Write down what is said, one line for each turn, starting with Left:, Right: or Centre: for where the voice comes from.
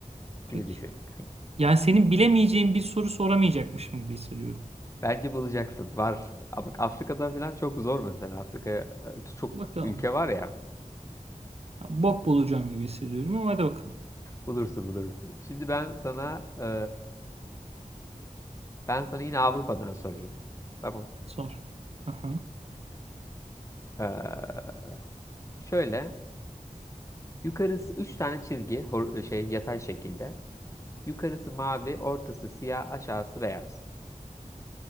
Right: Peki.
Left: gibi düşün. Hani
Right: Yani senin bilemeyeceğin bir soru soramayacakmışım gibi hissediyorum.
Left: Bence bulacaksın. Var. Ama bak Afrika'dan falan çok zor mesela. Afrika'ya e, çok
Right: Bakalım.
Left: ülke var ya.
Right: Ya, Bok bulacağım gibi hissediyorum ama hadi bakalım.
Left: Bulursun bulursun. Şimdi ben sana e, ben sana yine Avrupa'dan sorayım. Tamam.
Right: Sor. Aha.
Left: E, şöyle yukarısı 3 tane çizgi hor- e, şey yatay şekilde. Yukarısı mavi, ortası siyah, aşağısı beyaz.